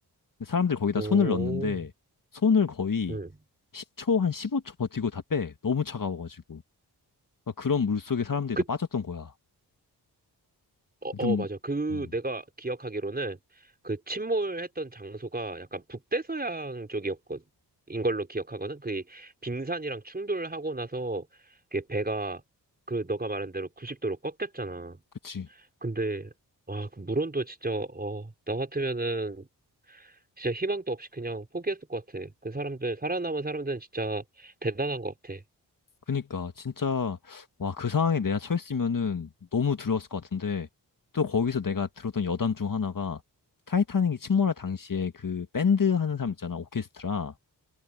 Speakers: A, on the left; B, on the right.
A: 근데 사람들이 거기다
B: 오,
A: 손을 넣는데 손을 거의
B: 응.
A: 10초 한 15초 버티고 다 빼. 너무 차가워가지고 그러니까 그런 물 속에 사람들이
B: 그,
A: 다 빠졌던 거야.
B: 어,
A: 좀
B: 어, 맞아. 그
A: 음,
B: 내가 기억하기로는 그 침몰했던 장소가 약간 북대서양 쪽이었거든. 인 걸로 기억하거든. 그 빙산이랑 충돌하고 나서 그 배가 그 너가 말한 대로 90도로 꺾였잖아.
A: 그치.
B: 근데 와, 그 물온도 진짜 어, 나 같으면은 진짜 희망도 없이 그냥 포기했을 것 같아. 그 사람들, 살아남은 사람들은 진짜 대단한 것 같아.
A: 그니까 진짜 와 그 상황에 내가 처했으면은 너무 두려웠을 것 같은데 또 거기서 내가 들었던 여담 중 하나가 타이타닉이 침몰할 당시에 그 밴드 하는 사람 있잖아 오케스트라